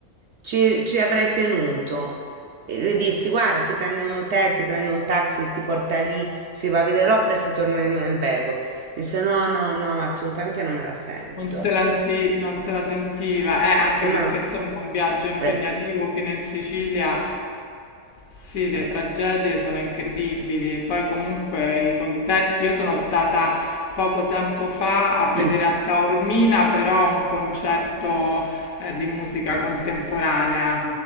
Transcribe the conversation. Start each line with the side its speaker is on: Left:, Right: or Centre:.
Right: ci, ci avrei tenuto. E le dissi, guarda, si prende un hotel, ti prende un taxi, ti porta lì, si va a vedere l'opera e si torna in un albergo. Disse, no, no, no, assolutamente non me la sento.
Left: Non se la, non se la sentiva, eh, anche
Right: No,
Left: perché insomma un viaggio impegnativo
Right: beh,
Left: fino in Sicilia Sì, le
Right: eh.
Left: tragedie sono incredibili. e Poi comunque i contesti, io sono stata poco tempo fa a vedere
Right: Eh,
Left: a Taormina però un concerto eh, di musica contemporanea.